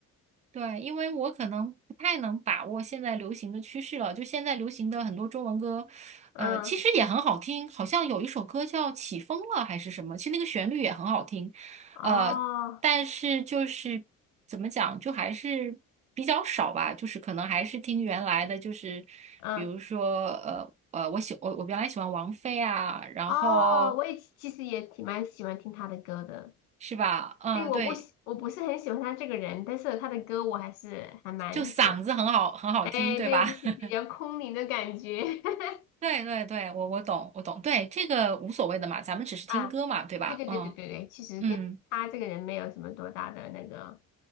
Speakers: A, on the right (about 15°); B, on the left (about 65°).
A: 对，因为我可能不太能把握现在流行的趋势了。就现在流行的很多中文歌，
B: 嗯，
A: 呃，其实也很好听，好像有一首歌叫《起风了》还是什么，其实那个旋律也很好听，
B: 哦，
A: 呃，但是就是怎么讲，就还是比较少吧，就是可能还是听原来的，就是比如说呃呃，
B: 嗯，
A: 我喜我我原来喜欢王菲啊，然后
B: 哦，我也其实也挺蛮喜欢听他的歌的。
A: 是吧？嗯，
B: 对，我不喜，
A: 对，
B: 我不是很喜欢他这个人，但是他的歌我还是还蛮喜欢。
A: 就嗓子很好很好听，
B: 哎，
A: 对吧？
B: 对，就是比较空灵的感觉。
A: <laughs>
B: <laughs>
A: 对对对，我我懂，我懂，对，这个无所谓的嘛，咱们只是听歌嘛，
B: 啊，
A: 对吧？
B: 对对对对对对，
A: 嗯
B: 其实跟他这个人没有什么多大的那个。
A: 嗯，